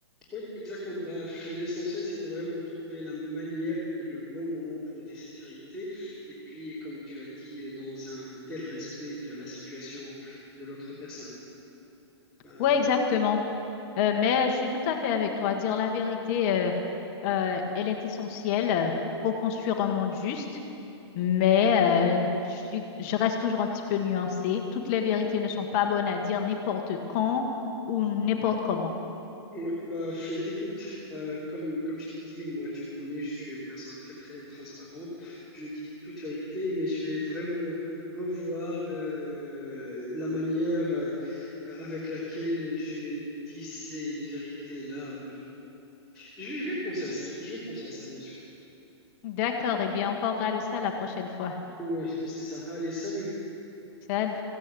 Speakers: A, in the centre; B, on the left (about 35°).
A: oui, exactement. Bah, f- l'essentiel, c'est de vraiment trouver la manière et le bon moment pour dire cette vérité. Et puis, comme tu as dit, euh, dans un tel respect de la situation de l'autre personne. Bah,
B: Ouais, exactement. Euh, mais je suis tout à fait avec toi. Dire la vérité, euh, euh, elle est essentielle euh, pour construire un monde juste. Mais euh, je suis- je reste toujours un petit peu nuancée. Toutes les vérités ne sont pas bonnes à dire n'importe quand ou n'importe comment.
A: Ouais, bah, fais- écoute, euh, comme, comme je t'ai dit, moi, tu me connais, je suis une personne très, très transparente. Je dis toute vérité, mais je vais vraiment revoir euh, la manière euh, avec laquelle je dis ces vérités-là. Je vais, je vais penser à ça, je vais penser à ça, bien sûr.
B: D'accord, eh bien, on parlera de ça la prochaine fois.
A: Ouais, c'est ça. Allez, salut.
B: Salut.